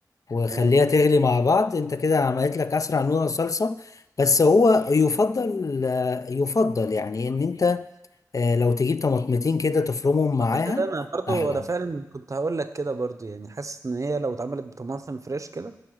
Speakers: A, on the left (about 55°); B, on the right (about 50°).
A: وخليها
B: تمام حلو.
A: تغلي مع بعض انت كده عملت لك اسرع نوع صلصة بس هو يفضل آه، يفضل يعني ان انت آه، لو تجيب طماطمتين كده تفرمهم معاها
B: الحتة ده انا برضو
A: احلى
B: انا فعلا كنت هقول لك كده برضو يعني حاسس ان هي لو اتعملت بطماطم فريش كده